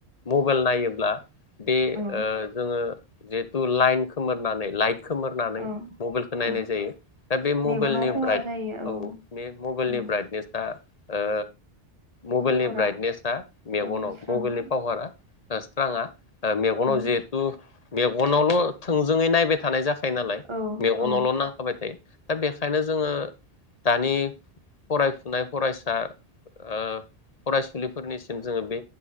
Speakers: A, on the left; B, on the right.
A: मबाइल नायोब्ला बे
B: औ
A: ओ जोङो। जिहेथु लाइन खोमोरनानै लाइ। खोमोरनानै
B: औ
A: मबाइलखौ
B: औ
A: नायनाय जायो दा बे मबाइलनि
B: मेगनाव खहा
A: ब्राइट
B: जायो
A: औ बे मबाइलनि
B: औ
A: ब्राइटनेसा। ओ। मबाइलनि
B: खहरा
A: ब्राइटनेसा मेगनाव
B: औ स्रां
A: मबाइलनि
B: औ
A: पावारा स्राङा मेगनाव
B: औ
A: जिहेथु। बेगनावल थोंजोङै नायबाय थानाय जा। नालाय
B: औ
A: मेगनावल
B: औ
A: नांखाबाय थायो। दा बेखायनो जोङो दानि फरायफुनाय फरायसा ओ फरायसुलिफोरनिसिम जोङो बे